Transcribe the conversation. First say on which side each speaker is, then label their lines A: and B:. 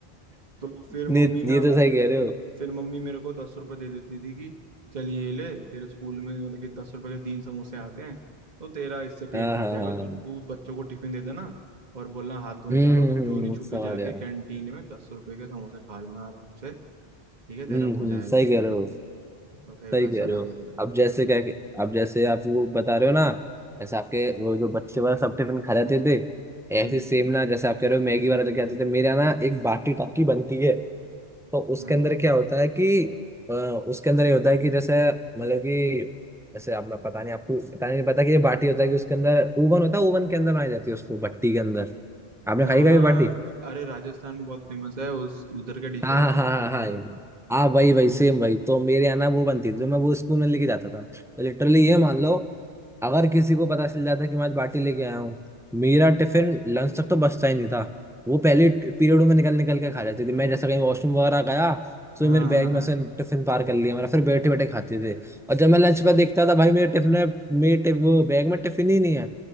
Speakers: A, on the right (about 40°); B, in the centre.
A: तो फिर मम्मी
B: नहीं
A: ना
B: ये तो सही कह रहे हो
A: फिर मम्मी मेरे को दस रुपए दे देती थी कि चल ये ले तेरे स्कूल में मतलब कि दस रुपए के तीन समोसे आते हैं तो तेरा इससे पेट
B: हाँ
A: भर
B: हाँ
A: जाएगा
B: हाँ
A: तो
B: हम्म
A: तू बच्चों को टिफिन दे देना और बोलना हाथ धोने
B: हम्म,
A: जा रहा हूँ तो
B: हम्म,
A: चोरी छुपे
B: समझ
A: जाके
B: गया
A: कैंटीन में दस रुपए के समोसे खा लेना आराम से ठीक है तेरा
B: हम्म हम्म
A: हो जाएगा
B: सही कह रहे हो
A: तो फिर
B: सही
A: वैसा
B: कह रहे
A: रहता
B: हो
A: था
B: अब जैसे क्या अब जैसे आप वो बता रहे हो ना जैसे आपके वो जो बच्चे वाला सब टिफिन खा जाते थे
A: हम्म
B: ऐसे सेम ना जैसे आप कह रहे हो मैगी वाला लेके आते थे मेरे यहाँ ना एक बाटी टाकी बनती है तो उसके
A: हाँ
B: अंदर क्या होता है कि अ, उसके अंदर ये होता है कि जैसे मतलब कि जैसे आप मैं पता नहीं आपको पता नहीं पता कि ये बाटी होता है कि उसके अंदर ओवन होता है ओवन के अंदर बनाई जाती है उसको भट्टी के अंदर आपने
A: हाँ
B: खाई कभी बाटी
A: अरे राजस्थान में बहुत फेमस है उस उधर का डिश
B: हाँ
A: है ना
B: हाँ हाँ हाँ हाँ हाँ वही वही
A: हम्म
B: सेम वही तो मेरे यहाँ ना वो बनती थी तो मैं वो स्कूल में लेके जाता था तो लिटरली
A: हम्म
B: ये मान लो अगर किसी को पता चल जाता कि मैं आज बाटी लेके आया हूँ मेरा टिफिन लंच तक तो बचता ही नहीं था वो पहले पीरियडों में निकल निकल के खा जाते थे मैं जैसा कहीं वॉशरूम वगैरह गया तो
A: हाँ
B: ये मेरे बैग
A: हाँ
B: में से टिफिन पार कर लिया मेरा फिर बैठे बैठे खाते थे और जब मैं लंच पर देखता था भाई मेरे टिफिन में मेरे टिफ, वो बैग में टिफिन ही नहीं है